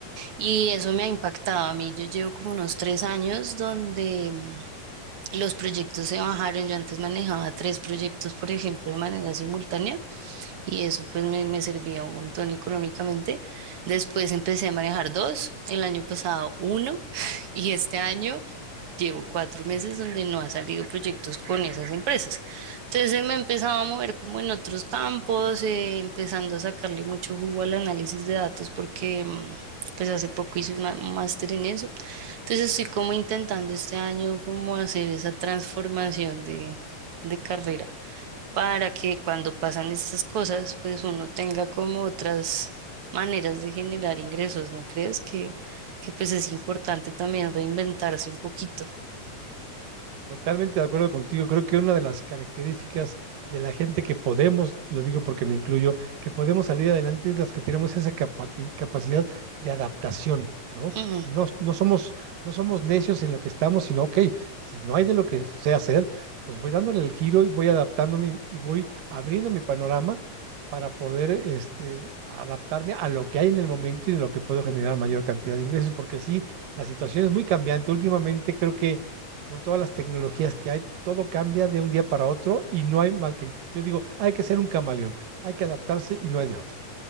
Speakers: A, on the right; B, on the right.
A: Y eso me ha impactado a mí. Yo llevo como unos tres años donde mm, los proyectos se bajaron. Yo antes manejaba tres proyectos, por ejemplo, de manera simultánea y eso pues me, me servía un montón económicamente. Después empecé a manejar dos, el año pasado uno <laughs> y este año Llevo cuatro meses donde no ha salido proyectos con esas empresas. Entonces eh, me he empezado a mover como en otros campos, eh, empezando a sacarle mucho jugo al análisis de datos porque mm, pues hace poco hice un ma- un máster en eso. Entonces estoy como intentando este año como hacer esa transformación de, de carrera para que cuando pasan estas cosas pues uno tenga como otras maneras de generar ingresos, ¿no crees? Que, que pues es importante también reinventarse un poquito.
B: Totalmente de acuerdo contigo. Creo que una de las características de la gente que podemos, lo digo porque me incluyo, que podemos salir adelante es las que tenemos esa capati- capacidad de adaptación, ¿no?
A: Mm,
B: No, no somos, no somos necios en lo que estamos, sino, ok, si no hay de lo que sé hacer, pues voy dándole el giro y voy adaptándome y voy abriendo mi panorama para poder este, adaptarme a lo que hay en el momento y de lo que puedo generar mayor cantidad de ingresos, porque sí, la situación es muy cambiante. Últimamente creo que con todas las tecnologías que hay, todo cambia de un día para otro y no hay más que, yo digo, hay que ser un camaleón, hay que adaptarse y no hay de otra.